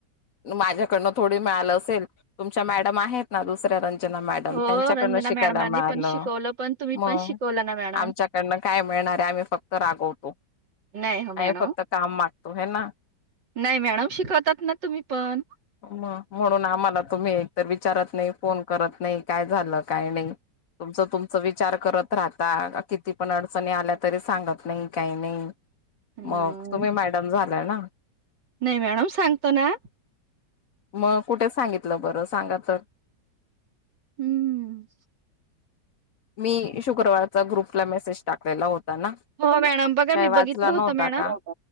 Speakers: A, on the left (about 55°); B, on the right (about 75°).
A: माझ्याकडनं थोडी मिळालं असेल तुमच्या मॅडम आहेत ना दुसऱ्या र मॅडम
B: हो
A: त्यांच्याकड
B: रंजना
A: शिकायला
B: मॅडमांनी
A: मिळाल
B: पण शिकवलं पण तुम्ही
A: मग
B: पण शिकवलं ना मॅडम.
A: आमच्याकडून काय मि आम्ही फक्त रागवतो
B: नाही हो मॅडम.
A: आ फक्त काम मागतो हे ना
B: नाही मॅडम शिकवतात ना तुम्ही पण.
A: म म्हणून आम्हाला तुम मी एक तर विचारत नाही फोन करत नाही काय झालं काय नाही तुमचं तुमच विचार करत राहता किती पण अडचणी आल्या तरी सांगत नाही काही नाही
B: हम्म.
A: मग तुम्ही मॅडम झाला ना
B: नाही मॅडम सांगतो ना
A: मग कुठे सांगितलं बरं सांगा तर
B: हम्म हम्
A: मी शुक्रवारचा ग्रुपला मेसेज टाकलेला होता ना
B: हो मॅडम बघा
A: काय
B: मी
A: वाचला
B: बघितलं होत
A: नव्हता
B: मॅडम
A: का